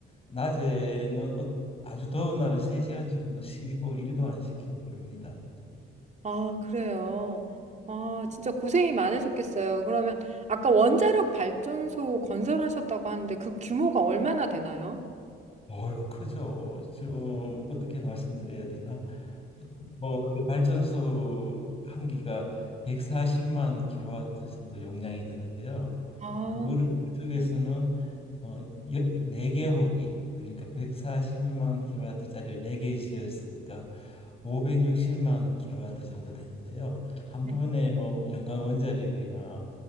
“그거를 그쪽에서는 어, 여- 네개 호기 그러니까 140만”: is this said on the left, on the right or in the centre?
Left